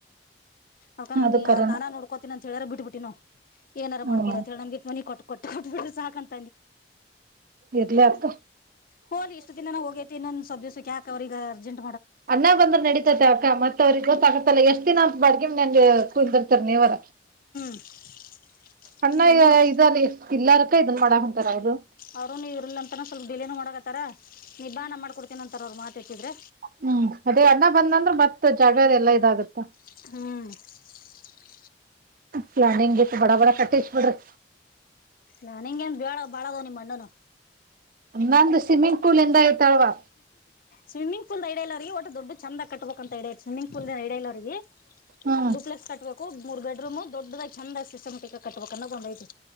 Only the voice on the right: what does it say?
ಅದು ಕರನ
ಹ್ಮ್
ಇರ್ಲಿಕ್ಕ.
ಅನ್ನ ಬಂದ್ರ ನಡೀತೈತ ಅಕ್ಕ ಮತ್ತ ವ್ರಿಗ ಗೊತ್ತಾಗತ್ತಲ್ಲ ಎಷ್ಟ ದಿನ ಅತ್ತ ಬಾಡ್ಗಿ ಮನ್ಯಾಗ ಕುದಂತರ್ತರ್ ನೀವರ
ಅಣ್ಣ
ಇದ ಆದಿ ಇಲ್ಲಾರಕ್ಕ ಇದ ಮಾಡಾತಾರ ಅವ್ರು.
ಹ್ಮ ಅದೇ ಅಣ್ಣ ಬಂದಂದ್ರೆ ಮತ್ತ ಜಾಗದ ಎಲ್ಲಾ ಇದಾಗತ್ತ.
ಪ್ಲಾನಿಂಗ್ ಇತ್ತ ಬಡ ಬಡ ಕಟ್ಟಷ ಬಿಡ್ರಿ.
ನಂದ ಸ್ವಿಮ್ಮಿಂಗ್ ಪೂಲ್ ಇಂದ ಐತಲ್ವಾ
ಹ್ಮ